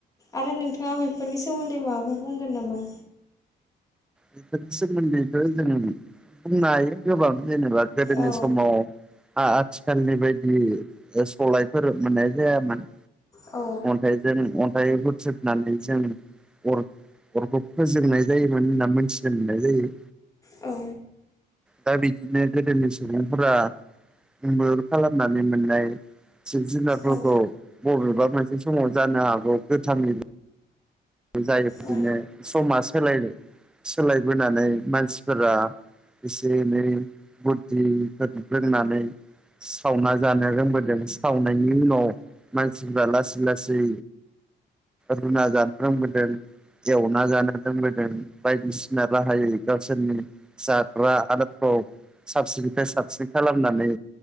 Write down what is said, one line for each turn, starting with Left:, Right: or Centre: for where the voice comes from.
Left: आरो नोंथाङा बेफोरनि सोमोन्दै माबाफोर बुंगोन नामा?
Centre: बेफोरनि सोमोन्दैथ' जों बुंनो हायो गोबां जेनेबा गोदोनि
Left: औ
Centre: समाव आथिखालनि बायदि सलायफोर मोननाय जायामोन
Left: औ
Centre: अन्थाइजों अन्थाइ हुथ्रोदनानै जों अर अरखौ फोजोंनाय जायोमोन होनना मोनथिनो मोननाय जायो।
Left: औ
Centre: दा बिदिनो गोदोनि सुबुंफोरा मैहुर खालामनानै मोननाय जिब जुनारफोरखौ
Left: औ
Centre: बबेबा मोनसे समाव जानो हागौ गोथाङै जायो बिदिनो
Left: औ
Centre: समा सोलाय सोलायबोनानै मानसिफोरा एसे एनै बुध्धि रोंनानै सावना जानो रोंबोदों सावनायनि उनाव मानसिफ्रा लासै लासै रुना जानो रोंबोदों। एवना जानो रोंबोदों बायदिसिना राहायै गावसोरनि फिसाफ्रा आदारखौ साबसिननिफ्राय साबसिन खालामनानै